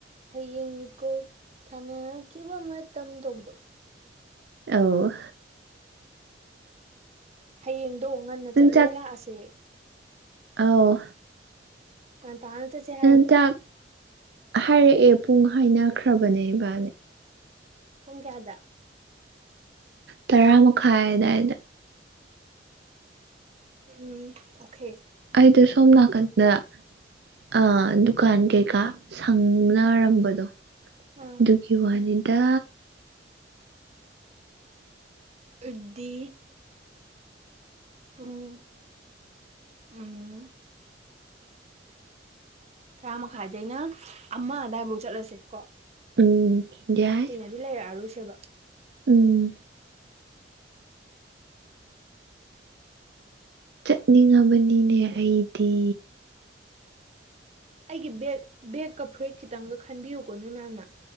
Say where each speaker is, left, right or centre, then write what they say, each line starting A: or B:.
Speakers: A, on the right (about 35°); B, on the right (about 65°).
A: ꯍꯌꯦꯡꯅꯤꯀꯣ ꯊꯥꯟꯅꯈꯤꯕ ꯃꯇꯝ ꯇꯧꯕꯗꯣ
B: ꯑꯧ
A: ꯍꯌꯦꯡꯗꯣ ꯉꯟꯅ
B: ꯅꯪ
A: ꯆꯠꯂꯒ
B: ꯆꯥꯛ
A: ꯂꯥꯛꯑꯁꯦ
B: ꯑꯧ
A: ꯉꯟꯇꯥꯅ ꯆꯠꯁꯦ ꯍꯥꯏꯔꯛꯄ꯭ꯔꯥ
B: ꯅꯟ ꯆꯥꯛ ꯍꯥꯏꯔꯛꯑꯦ ꯄꯨꯡ ꯍꯥꯏꯅꯈ꯭ꯔꯕꯅꯦ ꯏꯕꯥꯅꯤ
A: ꯄꯨꯡ ꯀꯌꯥꯗ
B: ꯇꯔꯥ ꯃꯈꯥꯏ ꯑꯗꯥꯏꯗ
A: ꯎꯝ ꯑꯣꯈꯦ
B: ꯑꯩꯗꯣ ꯁꯣꯝ ꯅꯥꯀꯟꯗ ꯑ ꯗꯨꯀꯥꯟ
A: ꯎꯝ
B: ꯀꯩꯀꯥ ꯁꯪꯅꯔꯝꯕꯗꯣ
A: ꯑꯥ
B: ꯑꯗꯨꯒꯤ ꯋꯥꯅꯤꯗ
A: ꯑꯗꯤ ꯄꯨꯡ ꯎꯝ ꯇꯔꯥ ꯃꯈꯥꯏꯗꯩꯅ ꯑꯃ ꯑꯗꯥꯏꯕꯛ ꯆꯠꯂꯁꯦ ꯀꯣ
B: ꯎꯝ ꯌꯥꯏ
A: ꯗꯤ ꯂꯩꯔꯛꯑꯔꯣꯏꯁꯦꯕ
B: ꯎꯝ ꯆꯠꯅꯤꯡꯉꯕꯅꯤꯅꯦ ꯑꯩꯗꯤ
A: ꯑꯩꯒꯤ ꯕꯦꯠ ꯕꯦꯛꯀ ꯐꯨꯔꯤꯠ ꯈꯤꯇꯪꯒ ꯈꯟꯕꯤꯌꯨꯀꯣ ꯅꯣꯏ ꯃꯌꯥꯝꯅ